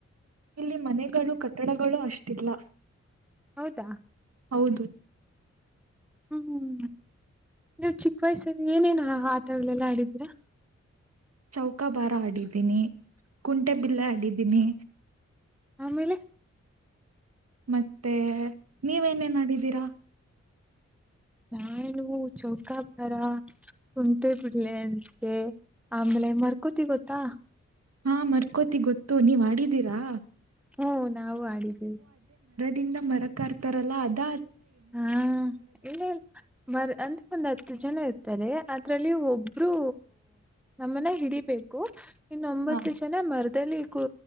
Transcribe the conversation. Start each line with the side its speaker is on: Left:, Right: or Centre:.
Right: ಇಲ್ಲಿ ಮನೆಗಳು ಕಟ್ಟಡಗಳೂ ಅಷ್ಟಿಲ್ಲ
Centre: ಹೌದಾ
Right: ಹೌದು
Centre: ಹ್ಮ್ ನೀವು ಚಿಕ್ಕ ವಯಸ್ಸಲ್ಲಿ ಏನೇನ ಆಟಗಳೆಲ್ಲ ಆಡಿದೀರಾ
Right: ಚೌಕಾ ಬಾರ ಆಡಿದ್ದೀನಿ ಕುಂಟೆ ಬಿಲ್ಲೆ ಆಡಿದ್ದೀನಿ
Centre: ಆಮೇಲೆ
Right: ಮತ್ತೆ ನೀವೇನೇನ್ ಆಡಿದೀರಾ
Centre: ನಾನು ಚೌಕಾಬಾರ ಕುಂಟ್ಟೆ ಬಿಲ್ಲೆ ಮತ್ತೆ ಆಮೇಲೆ ಮರ್ಕೋತಿ ಗೊತ್ತಾ
Right: ಹಾ ಮರ್ಕೋತಿ ಗೊತ್ತು ನೀವ್ ಆಡಿದ್ದೀರಾ
Centre: ಹ್ಮ ನಾವು ಆಡಿದ್ದೀವಿ
Right: ದಿಂದ ಮರಕ್ ಹಾರ್ತಾರಲ್ಲ ಅದ
Centre: ಹಾ ಇಲ್ಲಿ ಮ ಅಂದ್ರೆ ಒಂದ್ ಹತ್ತು ಜನ ಇತ್ತು ರೆ ಅದ್ರಲ್ಲಿ ಒಬ್ಬರು ನಮ್ಮನ್ನ ಹಿಡಿಬೇಕು ಇನ್ನೊಂಬತ್ತು
Right: ಹಾ
Centre: ಜನ ಮರದಲ್ಲಿ ಕೂ